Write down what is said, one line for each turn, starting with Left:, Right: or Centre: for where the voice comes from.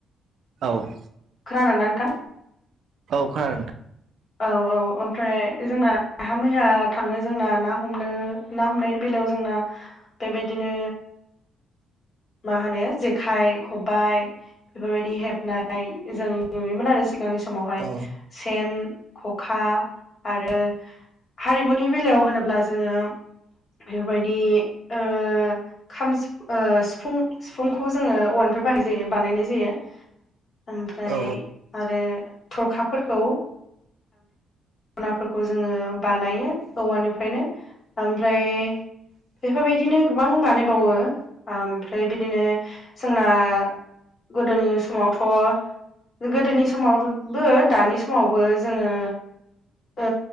Right: औ
Left: खोनादोंना नोंथां?
Right: औ खोनादों नोंथां
Left: औ औ ओमफ्राय जोंना नाहा मैया थांनो जोंना ना हमनो ना हमनायनि बेलायाव जोंना बेबायदिनो मा होनो जेखाइ खबाइ बेफोरबायदि हेबनाय जों नुयोमोन आरो सिगांनि समावहाय
Right: औ
Left: सेन खखा आरो हारिमुनि बेलायाव होनोब्ला जोङो बेफोरबायदि ओ खाम सि ओ सिफुं सिफुंखौ जोङो औवानिफ्राय बाहायनाय जायो बानायनाय जायो। ओमफ्राय
Right: औ
Left: आरो थरखाफोरखौ नाफोरखौ जोङो बानायो औवानिफ्रायनो ओमफ्राय बेफोरबायदिनो गोबां बानायबावो ओमफ्राय बिदिनो जोंना गोदोनि समावथ' गोदोनि समावबो दानि समावबो जोङो ओ